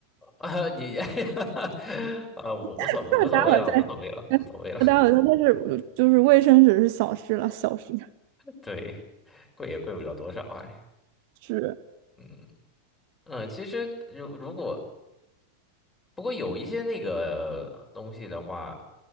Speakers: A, on the left; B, on the right.
A: <laughs> 你 <laughs> 啊，我无所谓无所谓了，
B: <laughs> 那待会儿再，
A: 无所谓了，无所谓了。
B: 那待会儿再，但是就是卫生纸是小事了，小事
A: 对，贵也贵不了多少哎，
B: 是
A: 嗯嗯，其实如如果不过有一些那个东西的话，